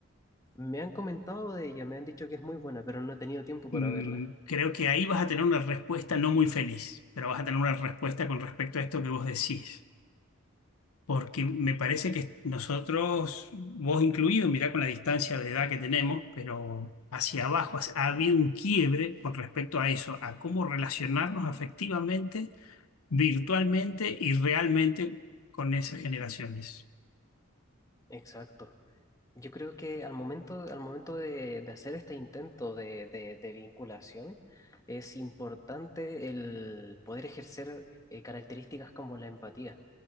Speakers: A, on the left; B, on the left.
A: Me han comentado de ella, me han dicho que es muy buena, pero no he tenido tiempo
B: mm,
A: para verla.
B: creo que ahí vas a tener una respuesta no muy feliz, pero vas a tener una respuesta con respecto a esto que vos decís. Porque me parece que nosotros, vos incluido, mirá con la distancia de edad que tenemos, pero hacia abajo hacia- ha habido un quiebre con respecto a eso, a cómo relacionarnos afectivamente, virtualmente y realmente con esas generaciones.
A: Exacto. Yo creo que al momento, al momento de, de hacer este intento de, de- de vinculación, es importante el poder ejercer eh, características como la empatía,